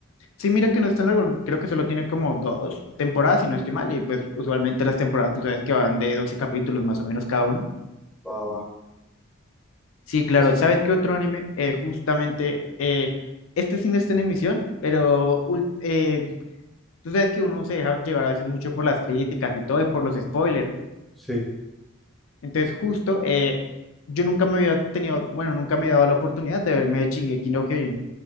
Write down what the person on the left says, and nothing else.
Sí, mira que no es tan largo, creo que solo tiene como dos temporadas, si no estoy mal, y pues usualmente las temporadas, tú sabes que van de 12 capítulos más o menos cada uno.
Sí, claro,
¿sabes qué otro anime? Eh, justamente, eh, este sí no está en emisión, pero ul- eh, tú sabes que uno se deja llevar a veces mucho por las críticas y todo, y por los spoilers.
Entonces, justo, eh, yo nunca me había tenido, bueno, nunca me había dado la oportunidad de verme Shingeki no Kyojin.